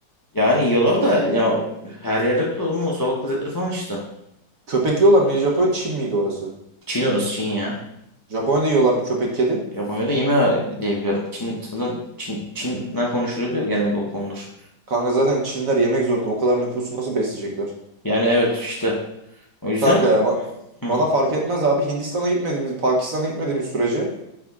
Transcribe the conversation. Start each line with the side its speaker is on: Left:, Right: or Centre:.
Left: Yani yiyorlar da ya her yerde yok da oğlum o sokak lezzetleri falan işte.
Right: Köpek yiyorlar mı? Japonya Çin miydi orası?
Left: Çin orası Çin ya.
Right: Japonya'da yiyorlar mı köpek kedi?
Left: Japonya'da yemiyor diyebiliyorum. Çin zaten Çin, Çin'den konuşuluyor diyor genelde o konular.
Right: Kanka zaten Çinliler yemek zorunda. O kadar nüfusu nasıl besleyecekler?
Left: Yani evet işte. O yüzden
Right: Kanka ya ba- bana
Left: hı.
Right: fark etmez abi. Hindistan'a gitmediğimiz, Pakistan'a gitmediğimiz sürece